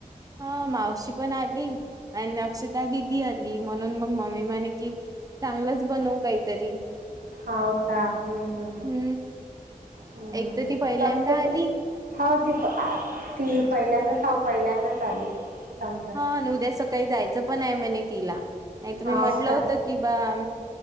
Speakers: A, on the right (about 25°); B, on the right (about 80°).
A: हा मावशी पण आली आणि अक्षताः दिदी आली म्हणून मग मम्मी म्हणे की चांगलंच बनव काहीतरी
B: हो का हम्म हम्म हम्
A: हम्म
B: हम्म
A: एक तर ती पहिल्यांदा
B: कसत
A: आली
B: का? हो ती ती पहिल्यांदाच हाव पहिल्यांदाच आली समजा
A: हा उद्या सकाळी जायचं पण आहे म्हणे तिला आणि तुम्ही
B: हो
A: म्हटलं
B: का
A: होतं. किं बा